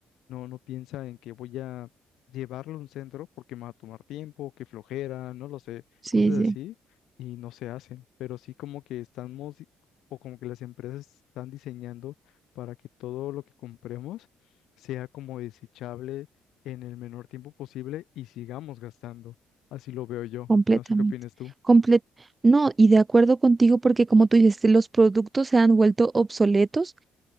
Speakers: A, on the left; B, on the right.
A: no, no piensa en que voy a llevarlo a un centro porque me va a tomar tiempo, que flojera, no lo sé,
B: sí,
A: cosas
B: sí,
A: así, y no se hacen. Pero sí como que estamos, di- o como que las empresas están diseñando para que todo lo que compremos sea como desechable en el menor tiempo posible y sigamos gastando. Así lo veo yo.
B: completamente.
A: No sé qué opinas tú.
B: Comple- no, y de acuerdo contigo porque como tú dices, los productos se han vuelto obsoletos